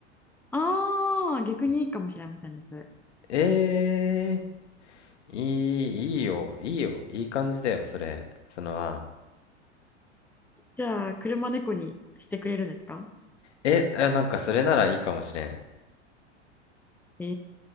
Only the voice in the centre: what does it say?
ああ、逆にいいかもしれませんね、それ。
じゃあ、車猫にしてくれるんですか
え